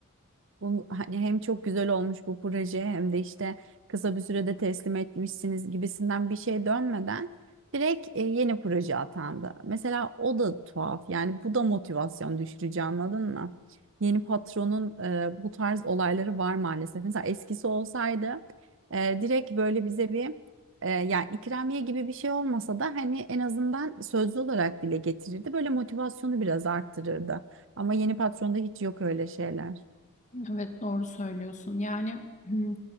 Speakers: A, on the right; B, on the left.
A: bu, hani hem çok güzel olmuş bu proje hem de işte kısa bir sürede teslim etmişsiniz gibisinden bir şey dönmeden direkt e, yeni proje atandı. Mesela o da tuhaf yani bu da motivasyon düşürücü anladın mı? Yeni patronun e, bu tarz olayları var maalesef. Mesela eskisi olsaydı e, direkt böyle bize bir e, yani ikramiye gibi bir şey olmasa da hani en azından sözlü olarak dile getirirdi. Böyle motivasyonu biraz arttırırdı. Ama yeni patronda hiç yok öyle şeyler.
B: Evet doğru söylüyorsun. Yani hmm,